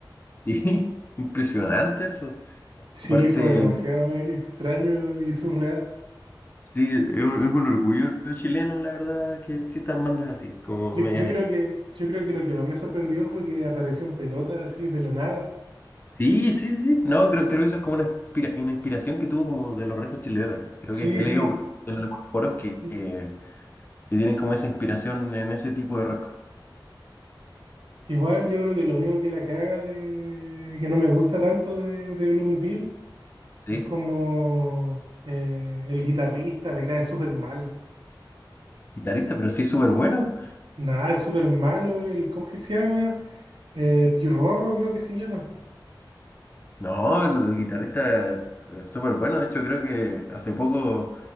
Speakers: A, on the left; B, on the right.
A: Sí, <laughs> impresionante eso.
B: Sí,
A: Aparte,
B: fue demasiado extraño y surreal.
A: sí, es un, es un orgullo chileno, la verdad, que existan bandas así, como
B: Yo,
A: medias
B: yo creo que, yo creo que lo que más me sorprendió fue que apareció en pelota así de la nada.
A: Sí, sí, sí, sí. No, creo, creo que eso es como una, inspira- una inspiración que tuvo como de los Red Hot Chili Peppers. Creo
B: Sí,
A: que he leído
B: sí.
A: en algunos foros que,
B: sí.
A: que, que tienen como esa inspiración en ese tipo de rock.
B: Igual yo creo que lo único que la caga de, que no me gusta tanto de, de Bloomy Peel
A: Sí,
B: es como eh, el guitarrista me cae súper mal.
A: guitarrista, pero sí súper bueno.
B: Nada, es súper malo. El, ¿cómo que se llama? Eh, Pirrorro creo que se llama.
A: No, el, el guitarrista es súper bueno. De hecho, creo que hace poco